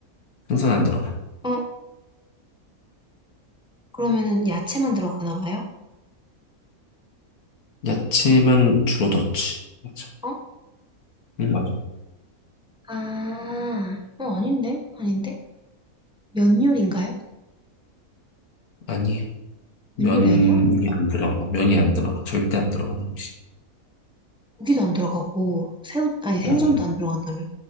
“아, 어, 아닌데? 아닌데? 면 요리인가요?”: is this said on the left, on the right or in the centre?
Centre